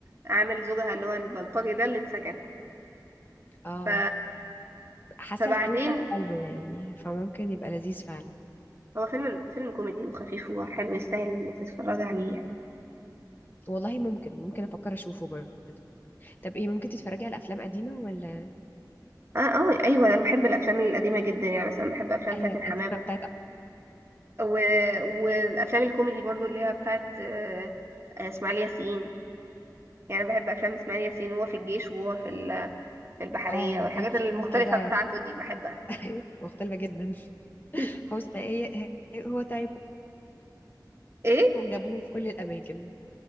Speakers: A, on the right; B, on the left.
A: عامل زوجها اللي هو البلطجي ده اللي اتسجن
B: اه
A: ف...
B: حاسه
A: فبعدين
B: الكرو بتاعك حلو يعني فممكن يبقى لذيذ فعلا
A: هو فيلم فيلم كوميدي وخفيف وحلو يستاهل انك تتفرج عليه يعني
B: والله ممكن ممكن افكر اشوفه برضه طب ايه ممكن تتفرجي على افلام قديمه ولا
A: اه اه ايوه انا بحب الافلام القديمه جدا يعني مثلا بحب افلام
B: ايوه
A: فاتن
B: القديمه
A: حمام
B: بتاعت
A: و... والافلام الكوميدي برضو اللي هي بتاعت آه، آه، اسماعيل ياسين يعني بحب افلام اسماعيل ياسين وهو في الجيش وهو في ال- في البحريه
B: اه هو
A: والحاجات
B: كان فيه
A: المختلفه
B: كده
A: بتاعته دي بحبها
B: <laughs> مختلفه جدا
A: <laughs>
B: هو اسمه ايه هو تايب
A: ايه
B: واحد، جابوه في كل الاماكن